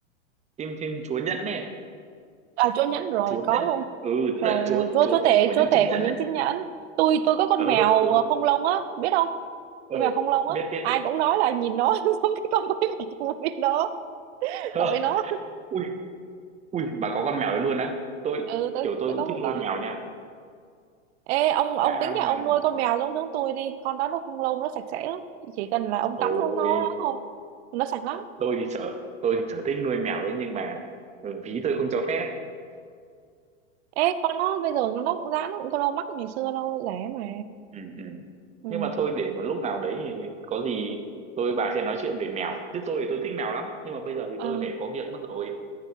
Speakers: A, on the right; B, on the right.
A: phim phim Chúa Nhẫn này
B: à chúa nhẫn rồi
A: Chúa
B: có
A: Nhẫn
B: luôn
A: ừ tức
B: rồi,
A: là chúa
B: rồi chúa
A: chúa
B: chúa tể
A: tể của
B: chúa
A: những
B: tể
A: chiếc nhẫn
B: của những
A: ấy
B: chiếc nhẫn tôi tôi có con
A: ừ,
B: mèo
A: <laughs> ừ,
B: không lông á biết không
A: ừ.
B: con mèo không lông
A: biết
B: á
A: biết
B: ai
A: biết
B: cũng nói là nhìn nó <laughs> giống cái con quái vật của biết nó
A: Hơ,
B: tội nó
A: ui ui bà có con mèo đấy luôn á tôi
B: ừ tôi
A: kiểu tôi
B: tôi
A: cũng
B: có
A: thích
B: một
A: nuôi
B: con
A: mèo nha
B: ê ông ông
A: đã
B: tính nhà
A: mà
B: ông nuôi con mèo giống giống tôi đi con đó nó không lông nó sạch sẽ lắm chỉ cần là ông
A: thôi
B: tắm nó nó nó thôi nó sạch lắm
A: tôi thì sợ tôi thì sở thích nuôi mèo đấy nhưng mà ừ, ví tôi không cho phép
B: ê con nó bây giờ nó cũng giá nó cũng không đâu mắc ngày xưa đâu rẻ mà
A: ừ, ừ.
B: ừ
A: nhưng mà thôi để một lúc nào đấy thì có gì tôi bà sẽ nói chuyện về mèo chứ tôi thì tôi thích mèo lắm nhưng mà bây giờ thì
B: À,
A: tôi phải có việc mất rồi